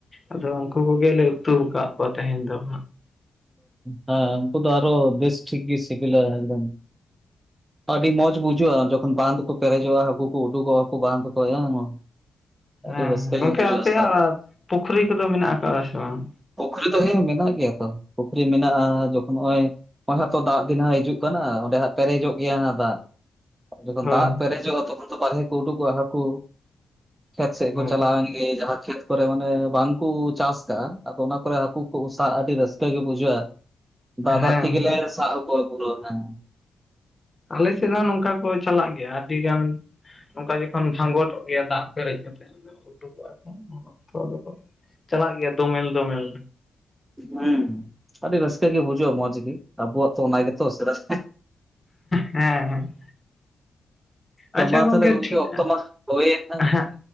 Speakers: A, on the left (about 20°); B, on the right (about 20°).
A: ᱟᱫᱚ ᱩᱱᱠᱩ ᱠᱚᱜᱮ ᱞᱮ ᱩᱛᱩ ᱠᱟᱜ ᱠᱚ ᱛᱮᱦᱮᱧ ᱫᱚ ᱾
B: ᱦᱟᱸ ᱩᱱᱠᱩ ᱫᱚ ᱟᱨᱚ ᱵᱮᱥ ᱴᱷᱤᱠ ᱜᱮ ᱥᱤᱵᱤᱞᱟ ᱮᱠᱫᱚᱢ ᱾ ᱟᱹᱰᱤ ᱢᱳᱸᱡᱷ ᱵᱩᱡᱷᱟᱹᱜ-ᱟ ᱾ ᱡᱚᱠᱷᱚᱱ ᱵᱟᱺᱫᱷ ᱠᱚ ᱯᱮᱨᱮᱡᱚᱜ-ᱟ᱾ ᱦᱟᱹᱠᱩ ᱠᱩ ᱩᱰᱩᱠᱚᱜ-ᱟ᱾ ᱠᱩ ᱵᱟᱸᱫᱷ <unintelligible>
A: ᱦᱮᱸᱻ
B: ᱟᱹᱰᱤ ᱨᱟᱹᱥᱠᱟᱹ
A: ᱦᱮᱸᱻ ᱜᱚᱝᱠᱮ
B: ᱜᱮ ᱵᱩᱡᱷᱟᱹᱜᱼᱟ
A: ᱟᱯᱮᱭᱟᱜ-ᱟ
B: ᱥᱟᱵ
A: ᱯᱩᱠᱷᱨᱤ ᱠᱚᱫᱚ ᱢᱮᱱᱟᱜ ᱠᱟᱜ-ᱟ ᱥᱮ ᱵᱟᱝ?
B: ᱯᱩᱠᱷᱨᱤ ᱫᱚ ᱦᱮᱸᱻ ᱢᱮᱱᱟᱜ ᱜᱮᱭᱟ ᱛᱚ ᱯᱩᱠᱷᱨᱤ ᱢᱮᱱᱟᱜ-ᱟ ᱾ ᱡᱚᱠᱷᱚᱱ ᱱᱚᱜ-ᱚᱭᱼᱼᱼ ᱚᱦᱚᱜ ᱛᱚ ᱫᱟᱜ ᱫᱤᱱ ᱦᱟᱜ ᱦᱤᱡᱩᱜ ᱠᱟᱱᱟ ᱚᱰᱮ ᱦᱟᱸᱜ ᱯᱮᱨᱮᱡᱚᱜᱼᱼᱼ ᱜᱮᱭᱟ ᱦᱟᱜ ᱫᱟᱜ ᱡᱚᱠᱷᱚᱱ
A: ᱦᱳᱭ
B: ᱫᱟᱜ ᱯᱮᱨᱮᱡᱚᱜ-ᱟ ᱾ ᱛᱚᱠᱷᱚᱱ ᱫᱚ ᱵᱟᱨᱦᱮ ᱠᱚ ᱩᱰᱩᱠᱚᱜ-ᱟ᱾ ᱦᱟᱹᱠᱩᱼᱼᱼ ᱠᱷᱮᱛ ᱥᱮᱜ
A: ᱦᱳᱭ
B: ᱠᱚ ᱪᱟᱞᱟᱣᱮᱱ ᱜᱮ, ᱡᱟᱦᱟᱸ ᱠᱷᱮᱛᱼᱼᱼ ᱠᱚᱨᱮ ᱚᱱᱮ ᱵᱟᱝ ᱠᱩ ᱪᱟᱥ ᱠᱟᱜ-ᱟ, ᱟᱫᱚ ᱚᱱᱟ ᱠᱚᱨᱮ ᱦᱟᱹᱠᱩ ᱠᱚ ᱥᱟᱵ ᱟᱹᱰᱤ ᱨᱟᱹᱥᱠᱟᱹ ᱜᱮ ᱵᱩᱡᱷᱟᱹᱜ-ᱟ ᱾ ᱫᱟᱜ-ᱫᱟᱜ
A: ᱦᱮᱸ
B: ᱛᱮᱜᱮᱞᱮ ᱥᱟᱵ ᱠᱚᱣᱟ ᱯᱩᱨᱟᱹ ᱱᱟ ᱾
A: ᱟᱞᱮ ᱥᱮᱫ ᱦᱚᱸ ᱱᱚᱝᱠᱟ ᱠᱚ ᱪᱟᱞᱟᱜ ᱜᱮᱭᱟ᱾ ᱟᱹᱰᱤ ᱜᱟᱱ ᱚᱝᱠᱟ ᱡᱚᱠᱷᱚᱱ ᱵᱷᱟᱸᱜᱚᱴᱚ-ᱜ ᱜᱮᱭᱟ ᱫᱟᱜ ᱯᱮᱨᱮᱡ ᱠᱟᱛᱮ ᱩᱰᱩᱠᱚᱜ-ᱟ ᱠᱚ ᱩᱱ ᱚᱠᱛᱚ ᱟᱫᱚ ᱪᱟᱞᱟᱜ ᱜᱮᱭᱟ ᱫᱳᱢᱮᱞ-ᱫᱳᱢᱮᱞ
B: ᱦᱩᱸ ᱟᱹᱰᱤ ᱨᱟᱹᱥᱠᱟᱹ ᱜᱮ ᱵᱩᱡᱷᱟᱹᱜ-ᱟ ᱾ ᱢᱚᱸᱡᱽ ᱜᱮ, ᱟᱵᱚᱣᱟᱜ ᱛᱚ ᱚᱱᱟ ᱜᱮᱛᱚ ᱥᱮᱫᱟᱭ ᱼᱼᱼ
A: ᱦᱮᱸᱻᱦᱮᱸ
B: ᱛᱚ
A: ᱟᱪᱪᱷᱟ
B: ᱢᱟ
A: ᱜᱚᱝᱠᱮ
B: ᱛᱟᱦᱚᱞᱮ
A: ᱴᱷᱤᱠ-ᱟ
B: ᱚᱠᱛᱚ ᱢᱟ ᱦᱳᱭᱮᱱ ᱦᱟᱸᱜ
A: <unintelligible> ᱦᱮᱸᱜ